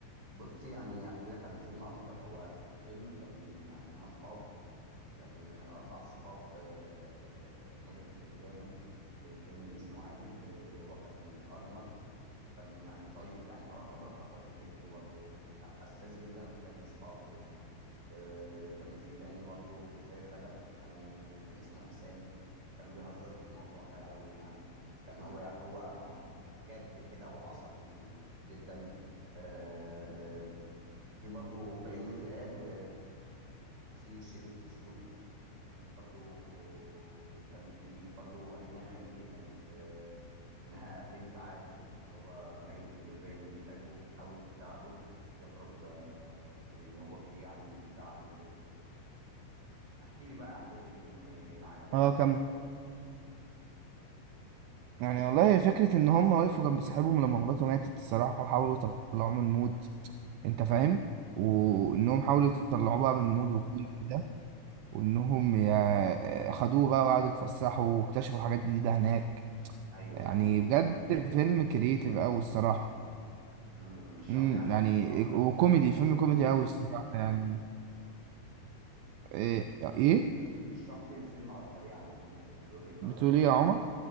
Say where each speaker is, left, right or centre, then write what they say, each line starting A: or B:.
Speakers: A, on the right; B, on the right.
A: بص يعني احكي لك عن الفيلم اكتر هو الفيلم كان يعني هم اصحاب كان اربع صحاب آه، ماجد الكدواني في الفيلم اسمه عادل آه، هو كان ارمل كان يعني طيب يعني هو يعتبر بطل الفيلم برضه وكان حساس جدا وبيحب اصحابه يعني آه، كان في تاني برضه سيد رجب كانوا كان اسمه احسان كانوا بيهزروا في الموضوع ده قوي يعني كان هو هو جد كده وعصبي جدا آه، آه، وفي برضو بيومي فؤاد و... وفي شريف الدسوقي وفي برضو كان في برضو أمينة خليل كانت آه، إنها بنت عادل اللي هو ماجد الكدواني بتحبه وبتحاول تساعده يخرج آه، من اللي هو فيه يعني ومن زعله وكده احكي لي بقى أحداث الفيلم اللي عجبك
B: اه
A: فيه
B: كمل يعني والله فكرة إن هم وقفوا جنب صاحبهم لما مراته ماتت الصراحة وحاولوا يطلعوه من المود أنت فاهم؟ وإنهم
A: امم
B: حاولوا يطلعوه بقى من المود وكل ده وإنهم يا- خدوه بقى وقعدوا يتفسحوا واكتشفوا حاجات جديدة هناك
A: ايوه
B: يعني
A: ايوه
B: بجد
A: ايوه
B: فيلم كريتيف أوي الصراحة
A: امم اشرح
B: امم
A: لي عن
B: يعني
A: الفيلم اكتر
B: وكوميدي
A: كده يا يوسف
B: فيلم كوميدي أوي الصراحة يعني إيه إيه؟
A: اشرح لي الفيلم اكتر يعني بالنسبه بوجهه نظرك
B: بتقول إيه
A: يعني
B: يا عمر؟